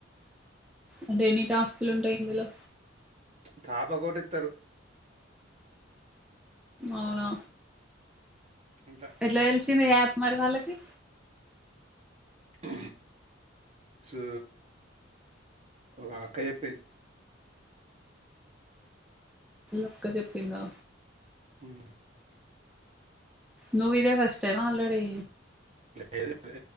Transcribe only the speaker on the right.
తాపాకోటి ఇతరు
ఇట్లా
ఆ సు ఒక అక్క చెప్పింది
హ్మ
లేదు ఇపుడే